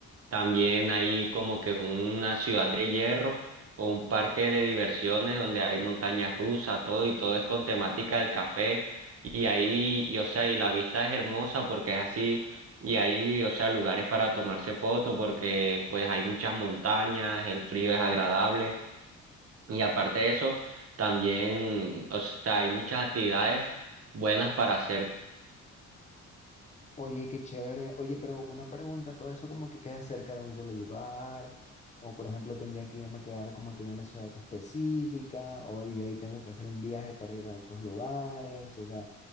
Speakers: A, on the right (about 50°); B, on the left (about 25°).
A: También hay como que una ciudad de hierro o un parque de diversiones donde hay montañas rusas, todo y todo es con temática del café. Y ahí, y, o sea, y la vista es hermosa porque es así. Y ahí, o sea, lugares para tomarse fotos porque pues hay muchas montañas, el frío es agradable. Y aparte de eso, también, o sea, hay muchas actividades buenas para hacer.
B: Oye, qué chévere. Oye, pero una pregunta, ¿todo eso como que queda cerca de un solo lugar? O por ejemplo, ¿tendría que irme a quedar como que en una ciudad que específica? ¿O y de ahí tengo que hacer un viaje para ir a otros lugares? O sea,